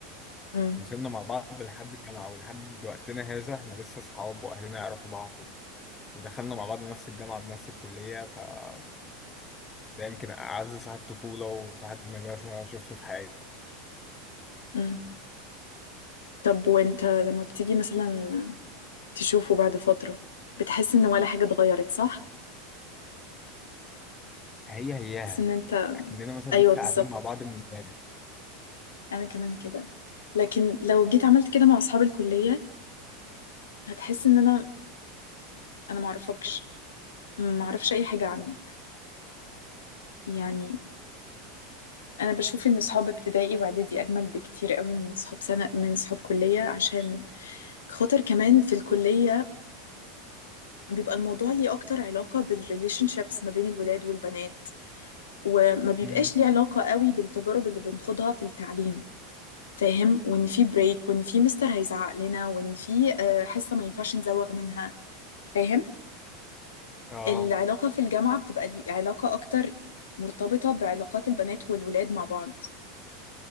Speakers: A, on the left; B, on the left.
A: م-
B: وصلنا مع بعض لحد الجامعة ولحد وقتنا هذا احنا لسه صحاب وأهلنا يعرفوا بعض ودخلنا مع بعض نفس الجامعة بنفس الكلية فده يمكن أعز صاحب طفولة وصاحب مدرسة شفته في حياتي
A: م. طب وانت لما بتيجي مثلا تشوفه بعد فتره بتحس ان ولا حاجه اتغيرت صح
B: هي هياها
A: بس ان انت
B: أكننا مثلا
A: ايوه
B: لسه
A: بالظبط
B: قاعدين مع بعض من امبارح
A: انا كمان كده لكن لو جيت عملت كده مع اصحاب الكليه هتحس ان انا انا معرفكش ما اعرفش اي حاجه عنك يعني انا بشوف ان اصحاب ابتدائي واعدادي اجمل بكتير قوي من اصحاب سنه من اصحاب كليه عشان خاطر كمان في الكليه بيبقى الموضوع ليه اكتر علاقه بالريليشن شيبس ما بين الولاد والبنات وما بيبقاش
B: امم
A: ليه علاقه قوي بالتجارب اللي بنخوضها في التعليم فاهم وان في بريك وان في مستر هيزعق لنا وان في آه، حصه ما ينفعش نزوغ منها فاهم
B: اه
A: العلاقه في الجامعه بتبقى لي- علاقه اكتر مرتبطه بعلاقات البنات والولاد مع بعض